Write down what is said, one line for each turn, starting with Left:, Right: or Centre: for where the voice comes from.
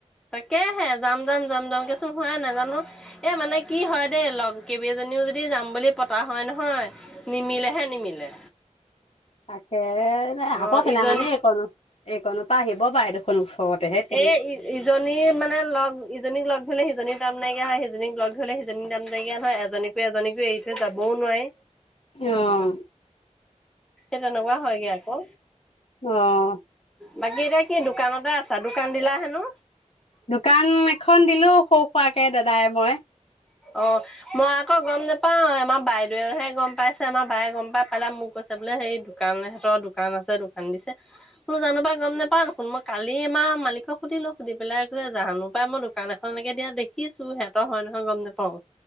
Centre: তাকেহে যাম যাম যাম যামকে চোন হোৱাই নাই জানো এ মানে কি হয় দেই লগ কেইবাজনীও যদি যাম বুলি পতা হয় নহয় নিমিলেহে নিমিলে।
Left: তাকেহে নাই
Centre: অ
Left: আকৌ সিদিনাখনি
Centre: ইজনী
Left: এইকন এইকনপা আহিব পাৰে দেখোন। ওচৰতেহে তিনি
Centre: এই ইজনী মানে লগ ইজনীক লগ ধৰিলে সিজনীৰ তাইম নাইকিয়া হয় সি জনীক লগ ধৰিলে সিজনীক টাইম নাইকীয়া নহয় এজনীকো এজনীকো এৰি থৈ যাবও নোৱাৰি।
Left: অহ।
Centre: সেই তেনেকুৱা হয়গে আকৌ।
Left: অ
Centre: বাকী এতিয়া কি দোকানতে আছা? দোকান দিলা হেনো?
Left: দোকান এখন দিলো সৰু হোৱাকে দাদাই মই
Centre: অ মই আকৌ গম নেপাওঁ৷ আমাৰ বাইদেউৱেহে গম পাইছে আমাৰ বায়ে গম পাই পেলাই মোক কৈছে৷ বোলে সেই দোকান এহঁতৰ দোকান আছে দোকান দিছে৷বোলো জানো পা গম নোপাও দেখোন মই কালি ইমান মালিকক সুধিলো সুধি পেলাই যে জানো পাই মই দোকান এখন দিয়া দেখিছো, সিহঁত হয় নহয় গম নাপাওঁ৷